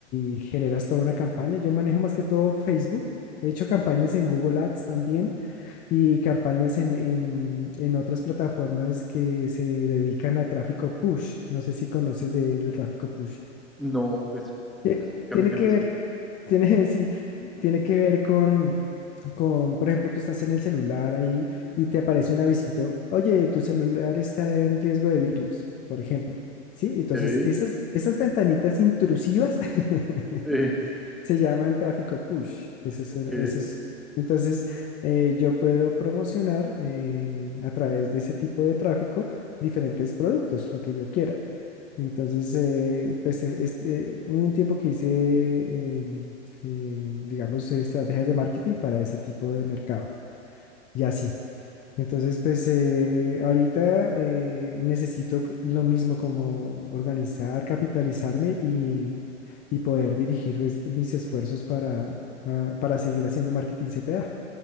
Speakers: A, on the left (about 20°); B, in the centre.
A: y generas toda una campaña. Yo manejo más que todo Facebook. He hecho campañas en Google Ads también y campañas en, en- en otras plataformas que se dedican a tráfico push. No sé si conoces de- del tráfico push.
B: No, pues
A: Eh,
B: explícame
A: Tiene
B: qué
A: que
B: es eso.
A: ver tiene, sí, tiene que ver con, con, por ejemplo, tú estás en el celular ahí y te aparece un avisito, oye, tu celular está en riesgo de virus, por ejemplo. Sí, entonces
B: Ok,
A: esas, esas ventanitas intrusivas <laughs>
B: sí,
A: se llaman tráfico push. Eso es,
B: ok.
A: eso es- entonces eh, yo puedo promocionar eh, a través de ese tipo de tráfico diferentes productos, lo que yo quiera. Entonces, eh, pues e, es- este, hubo un tiempo que hice, eh, eh, digamos, eh, estrategias de marketing para ese tipo de mercado. Y así. Entonces, pues eh, ahorita eh, necesito c- lo mismo como organizar, capitalizarme y, y poder dirigir pues, mis esfuerzos para, para para seguir haciendo marketing C P A